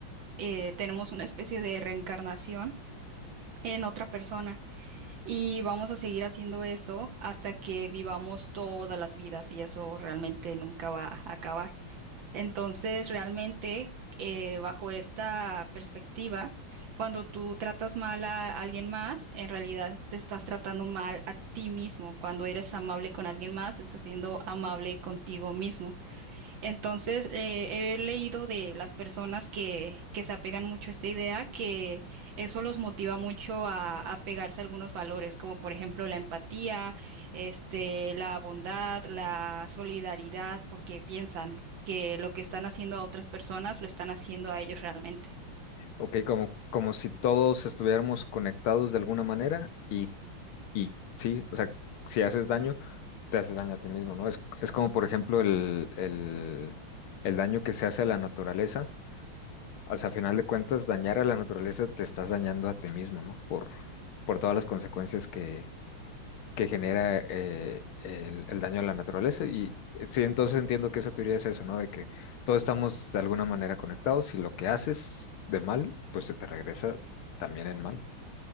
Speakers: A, on the right; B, on the left.
A: eh, tenemos una especie de reencarnación en otra persona y vamos a seguir haciendo eso hasta que vivamos todas las vidas y eso realmente nunca va a acabar. Entonces, realmente, eh, bajo esta perspectiva, cuando tú tratas mal a alguien más, en realidad te estás tratando mal a ti mismo. Cuando eres amable con alguien más, estás siendo amable contigo mismo. Entonces, eh, he leído de las personas que, que se apegan mucho a esta idea, que eso los motiva mucho a, a pegarse a algunos valores, como por ejemplo la empatía, este, la bondad, la solidaridad, porque piensan que lo que están haciendo a otras personas lo están haciendo a ellos realmente.
B: Ok, como, como si todos estuviéramos conectados de alguna manera y, y sí, o sea, si haces daño, te haces daño a ti mismo, ¿no? Es, es como, por ejemplo, el, el, el daño que se hace a la naturaleza. O sea, a final de cuentas, dañar a la naturaleza te estás dañando a ti mismo, ¿no? Por, por todas las consecuencias que, que genera eh, el, el daño a la naturaleza. Y eh, sí, entonces entiendo que esa teoría es eso, ¿no? De que todos estamos de alguna manera conectados y lo que haces de mal, pues se te regresa también en mal.